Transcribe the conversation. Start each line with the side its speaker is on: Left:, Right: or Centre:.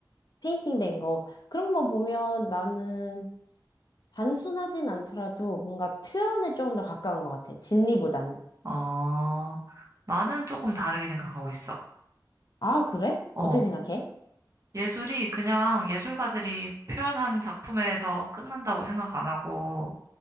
Left: 페인팅 된 거. 그런 것만 보면 나는 단순하진 않더라도 뭔가 표현에 조금 더 가까운 것 같아. 진리보다는.
Right: 어, 나는 조금 다르게 생각하고 있어.
Left: 아, 그래?
Right: 어,
Left: 어떻게 생각해?
Right: 예술이 그냥 예술가들이 표현한 작품에서 끝난다고 생각 안 하고,